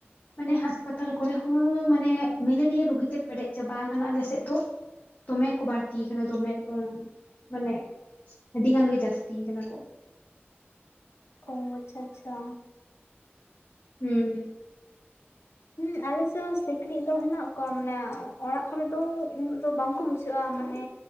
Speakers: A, on the left; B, on the left.
A: ᱢᱟᱱᱮ ᱦᱟᱸᱥᱯᱟᱛᱟᱞ ᱠᱚᱨᱮ ᱦᱚᱸ ᱢᱟᱱᱮ ᱢᱮᱞᱮᱨᱤᱭᱟᱹ ᱨᱩᱜᱤᱛᱮ ᱯᱮᱨᱮᱡ ᱪᱟᱵᱟ ᱠᱟᱱᱟ ᱟᱞᱮ ᱥᱮᱫ ᱫᱚ᱾ ᱫᱚᱢᱮ ᱠᱚ ᱵᱟᱹᱲᱛᱤ ᱠᱟᱱᱟ᱾ ᱫᱚᱢᱮ ᱮᱠᱫᱚᱢ, ᱢᱟᱱᱮᱼᱼ ᱟᱹᱰᱤ ᱜᱟᱱ ᱜᱮ ᱡᱟᱹᱥᱛᱤ ᱠᱟᱱᱟ ᱠᱚ᱾
B: ᱚ ᱟᱪᱪᱷᱟ, ᱟᱪᱪᱷᱟ᱾
A: ᱦᱩᱸ
B: ᱦᱮᱸ ᱟᱞᱮᱥᱮᱫ ᱦᱚᱸ ᱥᱤᱠᱲᱤᱡ ᱫᱚ ᱦᱮᱱᱟᱜ ᱠᱚᱣᱟ ᱢᱟᱱᱮ, ᱚᱲᱟᱜ ᱠᱚᱨᱮ ᱫᱚ ᱩᱱᱟᱹᱜ ᱫᱚ ᱵᱟᱝᱠᱚ ᱵᱩᱡᱷᱟᱹᱜᱼᱟ ᱢᱟᱱᱮᱼᱼ